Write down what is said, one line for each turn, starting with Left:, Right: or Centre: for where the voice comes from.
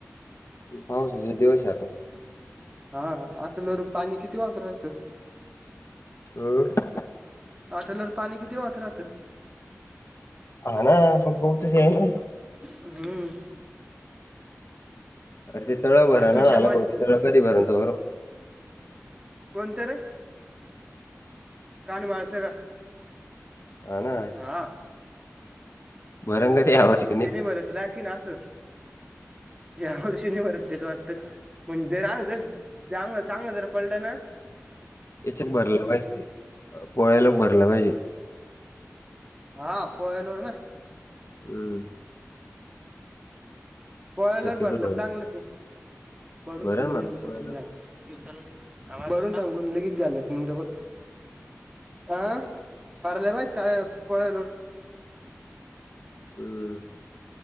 Left: पाऊसचा दिवस आहे आता.
Right: हा आता जर पाणी किती वापरात राहायचं
Left: <inaudible>
Right: आत्यालवर पाणी किती वाहत राहतं.
Left: हा ना आपण बोतज आहे ना.
Right: हम्म.
Left: अरे ति तळं भरा ना
Right: तू समाज
Left: आले त तळं कधी भरणा भरो.
Right: कोणत रे? कानमळाचा का?
Left: हाना
Right: हा
Left: भरणं का ते यावर्षी?
Right: तेने भरत राखीना असं या वर्षी नाही भरत तें वाटत म्हणजे राखल जागल चांगलं जरा पलटना.
Left: याच्या भरलं पाहिजे पोळ्याला भरला पाहिजे.
Right: हा पोळ्याला ना.
Left: हम्म.
Right: पोळ्याला
Left: शक्यतो
Right: भरलं
Left: भर
Right: तर चांगलच आहे
Left: भरल
Right: मी
Left: म्हणा
Right: लगेच
Left: पोळ्याला.
Right: येतो घ्यायला. घेऊन चलना लगेच भरून ठेव ना गोणी लगेच घ्यायला येतो ना डबल. <inaudible>
Left: हम्म.